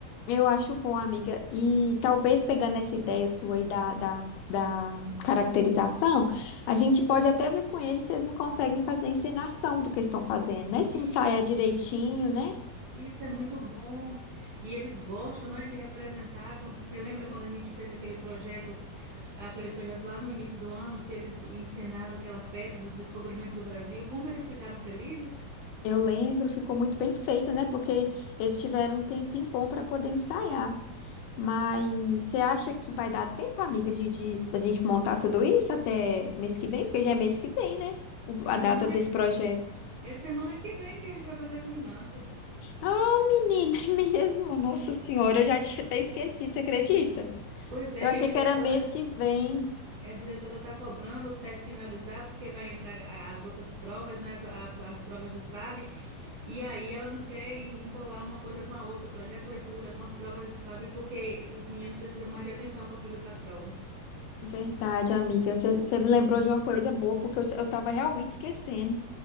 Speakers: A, on the left; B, on the right.
A: Eu acho bom, amiga. E talvez pegando essa ideia sua aí da, da, da caracterização, a gente pode até ver com eles se eles não conseguem fazer a encenação do que estão fazendo, né? Se
B: Isso,
A: ensaiar direitinho, né?
B: isso é muito bom. E eles gostam, não é, de representar. Quando- Você lembra quando a gente fez aquele projeto? aquele projeto lá no início do ano que eles encenaram aquela peça do descobrimento do Brasil, como eles ficaram felizes.
A: Eu lembro, ficou muito bem feito, né? Porque eles tiveram um tempinho bom para poder ensaiar. Mas você acha que vai dar tempo, amiga, de, de a gente montar tudo isso até mês que vem? Porque já é mês que vem, né? O-
B: É
A: A
B: semana,
A: data desse projeto.
B: é semana que vem que a gente vai fazer a culminância.
A: Ah, menina, é mesmo. Nossa Senhora, eu já tinha até esquecido, você acredita?
B: Pois é,
A: Eu
B: e
A: achei
B: a diretora,
A: que era mês que vem.
B: a diretora está cobrando até finalizar, porque vai entrar a- as outras provas, né? As, a- as provas do SAB, e aí ela não quer embolar uma coisa com a outra, projeto leitura, com as provas do SAB, porque os meninos precisam mais de atenção para fazer essa prova.
A: Verdade, amiga. Você você me lembrou de uma coisa boa, porque eu, eu tava realmente esquecendo.